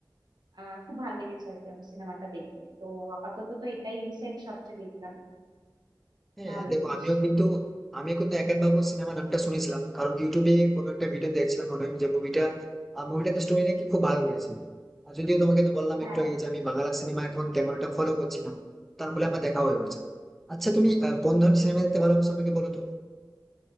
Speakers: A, on the right; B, in the centre.
A: আহ খুব ভালো লেগেছে আর কি আমার সিনেমাটা দেখতে তো আপাতত তো এটাই রিসেন্ট সবচেয়ে দেখলাম
B: হ্যাঁ
A: ভালোই
B: দেখো
A: বেশ
B: আমিও কিন্তু আমি কিন্তু একেন বাবু সিনেমা নামটা শুনেছিলাম কারণ ইউটিউবে কোনো একটা ভিডিও দেখছিলাম মনে হয় যে মুভিটা মুভিটাতে স্টোরি নাকি খুব ভালো রয়েছে আর যদিও তোমাকে তো বললাম
A: হ্যাঁ
B: একটু আগে যে আমি বাংলা সিনেমা এখন তেমন একটা ফলো করছি না তার ফলে আমার দেখা হয়ে উঠছে না। আচ্ছা তুমি আহ, কোন ধরনের সিনেমা দেখতে ভালোবাসো আমাকে বলো তো